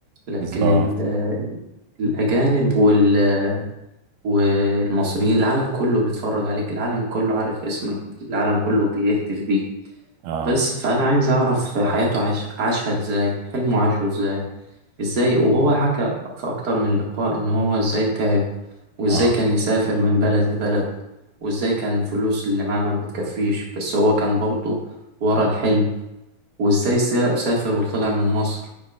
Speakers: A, on the right (about 50°); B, on the right (about 75°).
A: لكن
B: بالظبط
A: ال- آه، الاجانب وال آه، والمصريين العالم كله بيتفرج عليك العالم كله عارف اسمك العالم كله بيهتف بيه
B: اه
A: بس فانا عايز اعرف حياته عاش عاشها ازاي حلمه عاشه ازاي ازاي وهو حكى في اكتر من لقاء ان هو ازاي تعب وازاي
B: اه
A: كان يسافر من بلد لبلد وازاي كان الفلوس اللي معاه ما بتكفيش بس هو كان برضه ورا الحلم وازاي سا- سافر وطلع من مصر